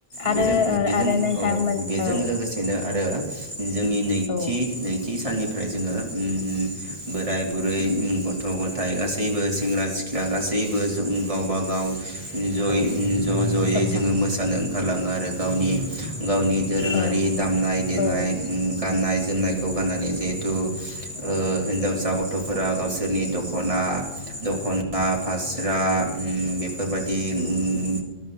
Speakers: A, on the left; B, on the right.
A: आरो
B: बेजों बेजों
A: आरो नोंथांमोन
B: औ बेजों
A: औ।
B: लोगोसेनो आरो जोंनि नैथि
A: औ
B: नैथि साननि ओमफ्राय जोंङो उम्म बोराइ बुरै उम्म गथ' गथाय गासैबो सेंग्रा सिख्ला गासैबो उम्म गावबा गाव जयै
A: औ
B: ज जयै
A: नोंथां
B: जोंङो मोसानो होलाङो आरो गावनि गावनि दोरोंङारि
A: औ
B: दामनाय देनाय
A: औ
B: उम्म गाननाय जोमनायखौ गाननानै जिहेथु ओ हिन्जावसा गथ'फोरा गावसोरनि दखना दखना फास्रा उम्म बेफोरबादि उम्म